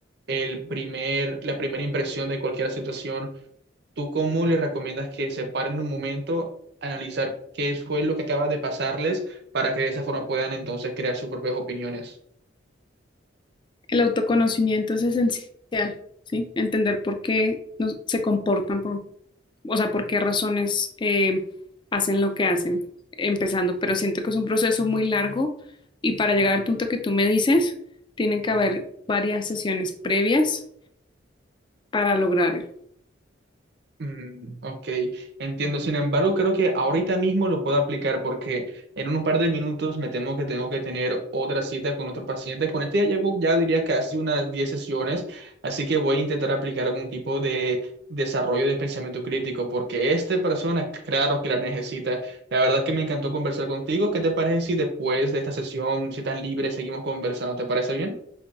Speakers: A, on the right; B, on the left.
A: el primer, la primera impresión de cualquier situación, ¿Tú cómo les recomiendas que se paren un momento, analizar qué fue lo que acaba de pasarles para que de esa forma puedan entonces crear sus propias opiniones?
B: El autoconocimiento es esencial, ¿sí? Entender por qué nos- se comportan por o sea, por qué razones eh, hacen lo que hacen, empezando, pero siento que es un proceso muy largo y para llegar al punto que tú me dices, tienen que haber varias sesiones previas para lograrlo.
A: Mm, ok, entiendo. Sin embargo, creo que ahorita mismo lo puedo aplicar porque en un par de minutos me temo que tengo que tener otra cita con otro paciente. Con este ya llevo, ya diría, casi unas 10 sesiones, así que voy a intentar aplicar algún tipo de desarrollo de pensamiento crítico porque esta persona, claro que la necesita. La verdad que me encantó conversar contigo. ¿Qué te parece si después de esta sesión, si estás libre, seguimos conversando? ¿Te parece bien?